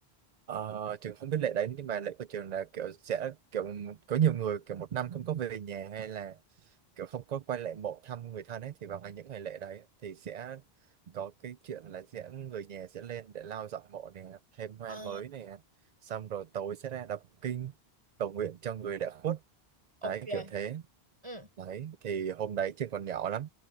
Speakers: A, on the right; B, on the right.
A: Ờ, trường không biết lễ đấy nhưng mà lễ của trường là kiểu sẽ kiểu có nhiều người kiểu một năm không có về nhà hay là kiểu không có quay lại mộ thăm người thân ấy thì vào ngày những ngày lễ đấy thì sẽ có cái chuyện là sẽ người nhà sẽ lên để lau dọn mộ nè thêm hoa
B: ờ
A: mới nè xong rồi tối sẽ ra đọc kinh cầu nguyện cho người đã khuất
B: ok
A: đấy kiểu thế
B: ừ
A: đấy thì hôm đấy trường còn nhỏ lắm